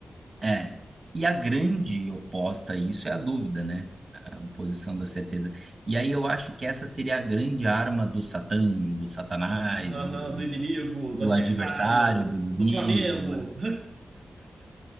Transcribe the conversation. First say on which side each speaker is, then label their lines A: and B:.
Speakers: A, on the right; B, on the right.
A: é. E a grande oposta a isso é a dúvida, né? A oposição da certeza. E aí eu acho que essa seria a grande arma do Satã, do Satanás,
B: Aham.
A: do, do-
B: Do inimigo,
A: do
B: do adversário,
A: adversário, do inimigo.
B: do Flamengo.